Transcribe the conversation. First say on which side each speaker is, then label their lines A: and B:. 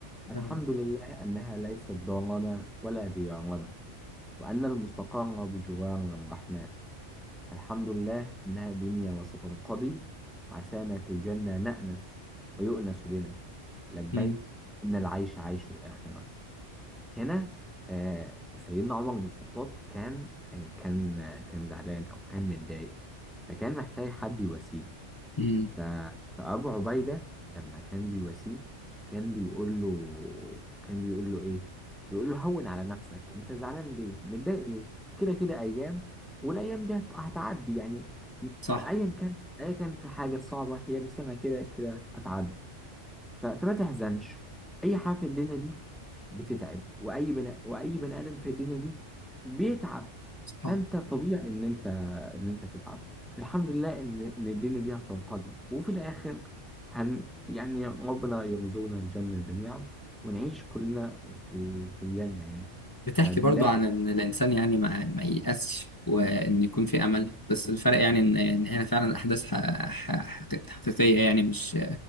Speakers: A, in the centre; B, on the left.
A: الحمد
B: آه.
A: لله أنها ليست دارنا ولا ديارنا وأن المستقر بجوار الرحمن الحمد لله أنها دنيا وستنقضي عسانا في الجنة نأنس ويؤنس بنا لبيك
B: مم.
A: إن العيش عيش الآخرة هنا آه سيدنا عمر بن الخطاب كان آه كان آه كان زعلان أو كان متضايق فكان محتاج حد يواسيه
B: مم.
A: ف- فأبو عبيدة لما كان بيواسيه كان بيقول له كان بيقول له إيه؟ بيقول له هون على نفسك أنت زعلان ليه؟ متضايق ليه؟ كده كده أيام والأيام دي هت- هتعدي يعني م-
B: صح
A: م- أيا كان أيا كانت الحاجة الصعبة هي مش سامعة كده كده هتعدي ف- فما تحزنش اي حاجه في الدنيا دي بتتعب واي بني واي بني ادم في الدنيا دي بيتعب
B: صح
A: فانت طبيعي ان انت ان انت تتعب الحمد لله ان ان الدنيا دي هتنقضي وفي الاخر هن يعني ربنا يرزقنا الجنه جميعا ونعيش كلنا في ال... في الجنه يعني
B: بتحكي
A: فده
B: برضو عن
A: كان
B: ان الانسان يعني ما, ما ييأسش وان يكون في امل بس الفرق يعني ان ان هنا فعلا احداث ح- ح- حقيق- حقيقيه يعني مش